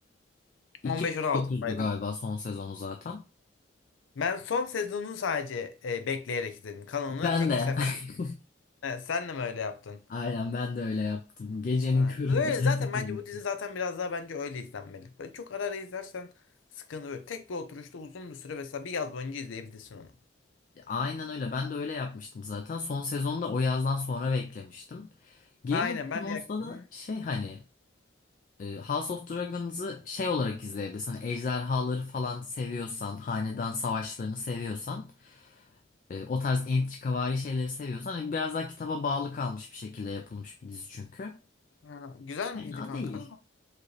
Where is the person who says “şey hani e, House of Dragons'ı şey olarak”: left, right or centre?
Left